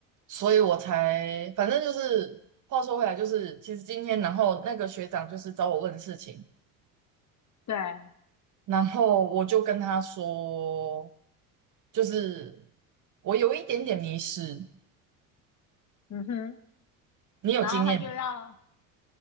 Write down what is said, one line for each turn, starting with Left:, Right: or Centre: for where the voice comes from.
Right: 所以我才反正就是话说回来，就是其实今天，然后那个学长就是找我问事情，
Left: 对，
Right: 然后我就跟他说，就是我有一点点迷失，
Left: 嗯哼，
Right: 你有经验吗
Left: 然后他就要，